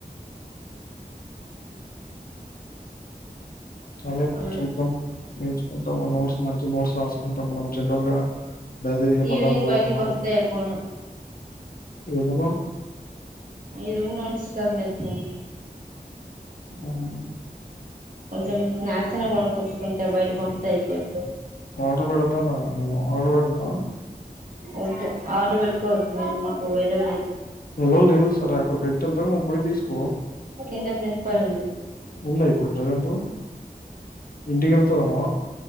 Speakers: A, on the left; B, on the right.
A: అదే
B: మళ్ళ
A: చూద్దాం నేర్చుకుంటా ఒక నోట్స్ మంచి నోట్స్ రాసుకుంటా మనం జనరల్ గా డైలీ ఏ
B: ఈవినింగ్
A: పదాలు వాడుతాం
B: బయటికి పంపితే అయిపోను
A: ఎందుకు
B: ఈ రూమ్ లో ఉండి చికాకు లెత్తాంది
A: అవును
B: కొంచెం స్నాక్స్ అన్న కొనుకోచుకుంట బయటకి పంపుతే అయిపోయిది
A: ఆర్డర్ పెడతానా ఆర్డర్ బెట్నా
B: వద్దు ఆర్డర్ పెట్టుకోవద్దు మ్ మాకు అలో లేదు
A: అలో లేదు సరే అక్కడ పెట్టి ఎల్తాను నువ్వు పోయి తీసుకో
B: కింద ప్రిన్సిపల్ ఉంది
A: ఉందా ఇప్పుడు ప్రజెంట్ ఇంటికెళ్తున్నవ